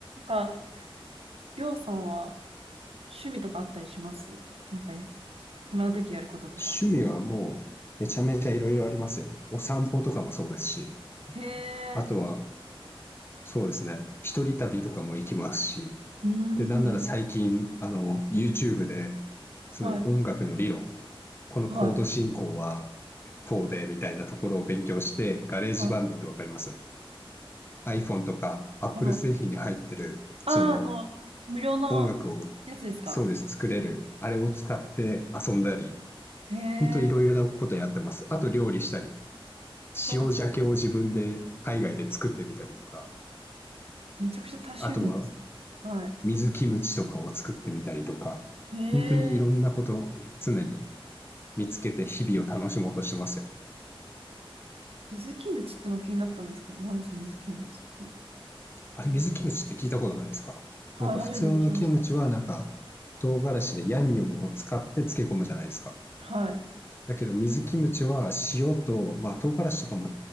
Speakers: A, on the right (about 85°); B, on the left (about 25°).
A: あ、りょうさんは趣味とかあったりしますなんかや、暇な時やることとか。
B: 趣味はもうめちゃめちゃいろいろありますよ。お散歩とかもそうですし、
A: へ
B: あとは
A: え、
B: そうですね、一人旅とかも行きますし、
A: うーん。
B: で、なんなら最近、あの、YouTube で、その音楽の理論、
A: はい、
B: このコード進行は
A: はい、
B: こうで、みたいなところを勉強して、ガレージバンドってわかります
A: はい、
B: ?iPhone とか Apple
A: はい。
B: 製品に入ってる、その
A: ああ、あの、無料の
B: 音楽を、
A: やつですか
B: そうです、作れる、あれを使って遊んだり、
A: へえ、
B: 本当いろいろなことやってます。あと料理したり。
A: わ
B: 塩鮭を自分で海外で作ってみたりとか、
A: めちゃくちゃ多趣味ですね。
B: あとは
A: はい。
B: 水キムチとかを作ってみたりとか、
A: へえ、
B: 本当にいろんなことを常に見つけて日々を楽しもうとしてますよ。
A: 水キムチっての気になったんですけど、何ですか、水キムチって。
B: あれ、水キムチって聞いたことないですかなんか普通のキムチはなんか唐辛子でヤンニョムを使って漬け込むじゃないですか。
A: はい、初めて聞きました。はい、
B: だけど水キムチは塩と、まあ、唐辛子とかも